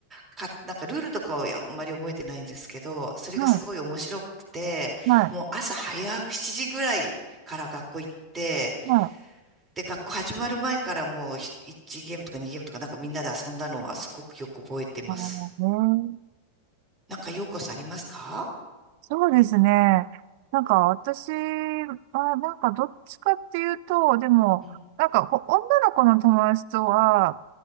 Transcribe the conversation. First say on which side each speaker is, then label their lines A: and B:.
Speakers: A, on the right; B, on the right.
A: か、なんかルールとかをあんまり覚えてないんですけど、それがすごい面白くて、
B: い。はい。はい。はい
A: もう朝早く7時ぐらいから学校行って、
B: はい。
A: で、学校始まる前からもうひ1ゲームとか2ゲームとかなんかみんなで遊んだのはすごくよく覚えてます。
B: あのね、
A: なんかようこさんありますか
B: そうですね。なんか私は、なんかどっちかっていうと、でも、
A: うん、
B: なんかこう女の子の友達とは、